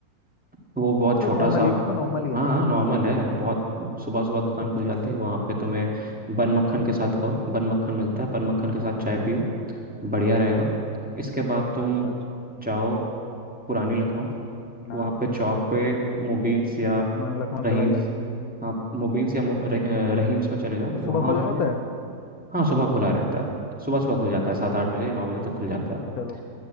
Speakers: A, in the centre; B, on the left.
A: तो वो बहुत
B: तो
A: छोटा
B: फिर नॉर्मल
A: सा
B: ही फिर तो नॉर्मल ही है
A: हाँ
B: चलो
A: हाँ नॉर्मल
B: ठीक है
A: है बहुत सुबह सुबह दुकान खुल
B: हम्म,
A: जाती है वहाँ पे तुम्हें बन मक्खन के साथ खाओ बन मक्खन मिलता है बन मक्खन के साथ चाय पियो बढ़िया रहेगा इसके बाद तुम
B: अच्छा अच्छा
A: जाओ पुरानी लखनऊ
B: ना
A: वहाँ पे चौक पे मुबीन्स या
B: ना ये लखनऊ
A: रहीम्स
B: चला गया
A: हाँ मुबीन्स या मु- र- अ, रहीम्स में चले जाओ
B: ये सुबह
A: वहाँ
B: खुला होता
A: पे
B: है
A: हाँ सुबह खुला रहता है सुबह सुबह खुल जाता है सात आठ बजे नौ बजे तक खुल जाता है
B: चलो